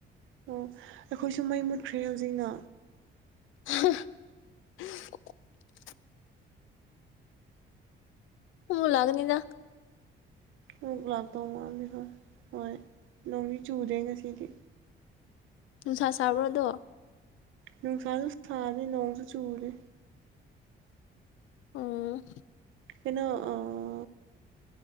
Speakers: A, on the right (about 80°); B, on the left (about 80°).
A: ꯑꯣ ꯑꯩꯈꯣꯏꯁꯨ ꯃꯩ ꯃꯨꯠꯈ꯭ꯔꯦ ꯍꯧꯖꯤꯛꯅ
B: <unintelligible> ꯍꯛ ꯂꯒꯅꯤꯗ
A: ꯅꯨꯛ ꯂꯥꯛꯇꯧ ꯃꯥꯜꯅꯤ ꯍꯣꯏ ꯍꯣꯏ ꯅꯣꯡꯗꯤ ꯆꯨꯗꯦ ꯉꯁꯤꯗꯤ
B: ꯅꯨꯡꯁꯥ ꯁꯥꯕ꯭ꯔꯗꯣ
A: ꯅꯨꯡꯁꯥꯁꯨ ꯁꯥꯔꯦ ꯅꯣꯡꯁꯨ ꯆꯨꯗꯦ
B: ꯎꯝ
A: ꯀꯅ ꯑ